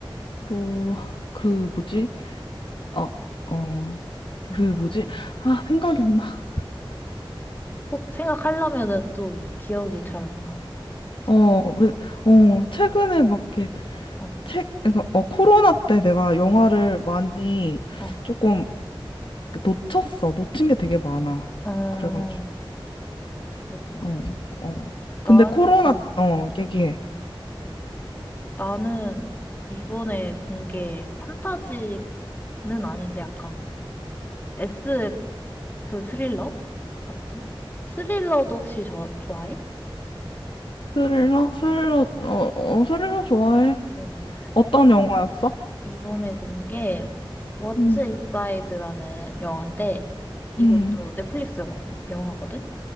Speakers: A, on the left (about 65°); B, on the left (about 20°).
A: 또, 그, 뭐지? 아, 어,
B: 응.
A: 그 뭐지? 아, 생각이 안 나.
B: 꼭 생각하려면은 또 기억이 잘 안 나. 그치?
A: 어, 왜, 어, 최근에 막 이렇게
B: 어,
A: 책, 그러니까 어, 코로나 때 내가 영화를 많이
B: 어,
A: 조금 놓쳤어. 놓친 게 되게 많아.
B: 어,
A: 그래가지고,
B: 그렇구나.
A: 어, 어.
B: 난,
A: 근데 코로나,
B: 응.
A: 어, 얘기해.
B: 나는 이번에 본 게 판타지는 아닌데 약간 에스 그 스릴러 같은? 스릴러도 혹시 저, 좋아해?
A: 스릴러? 스릴러,
B: 어,
A: 어, 어, 스릴러 좋아해?
B: 어.
A: 어떤 영화였어?
B: 이번에 본 게 워츠
A: 음,
B: 인사이드라는 영화인데 이것도
A: 음,
B: 넷플릭스 영화- 영화거든?